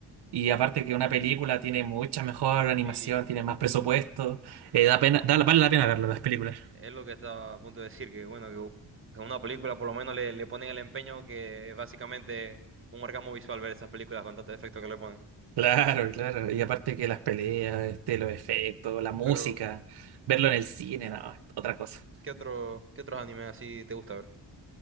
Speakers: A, on the right; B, on the right.
A: y aparte que una película tiene mucha mejor animación,
B: Sí,
A: tiene más presupuesto, eh,
B: Él
A: da pena, da, vale la pena verlas las películas.
B: es lo que estaba a punto de decir, que bueno, que, que una película por lo menos le, le ponen el empeño que es básicamente un orgasmo visual ver esas películas con tantos efectos que le ponen.
A: Claro, claro. Y aparte que las peleas, este, los efectos, la música,
B: Pero,
A: verlo en el cine, no, es otra cosa.
B: ¿qué otro, qué otros animes así te gusta ver?